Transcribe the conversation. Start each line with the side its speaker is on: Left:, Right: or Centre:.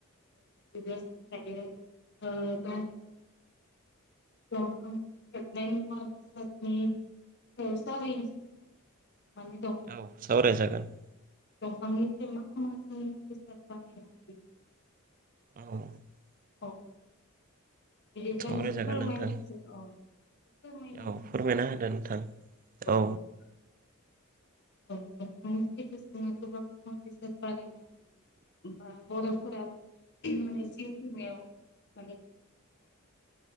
Left: <unintelligible> <unintelligible> मानि दं।
Right: औ सावरायजागोन।
Left: दंफांनिफ्राय मा मा जों बेसाद बानायनो हा
Right: औ।
Left: औ। बिदिब्लानोसो
Right: सावरायजागोन
Left: फोरमायनोसै
Right: नोंथां
Left: औ। <unintelligible>
Right: औ फोरमायना होदो नोंथां औ
Left: <unintelligible> <unintelligible> <unintelligible>